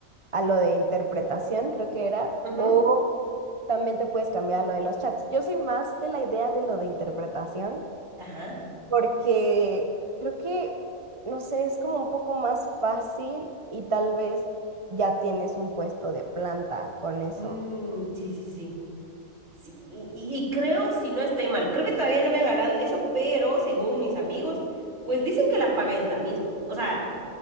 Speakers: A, on the right; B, on the right.
A: a lo de interpretación, creo que era,
B: Ujú,
A: o también te puedes cambiar a lo de los chats. Yo soy más de la idea de lo de interpretación
B: Ajá.
A: porque creo que, no sé, es como un poco más fácil y tal vez ya tienes un puesto de planta con eso.
B: Mm, sí, sí, sí. Sí, y, y creo, si no estoy mal, creo que todavía no me han hablado de eso, pero según mis amigos, pues dicen que la paga es la misma. O sea,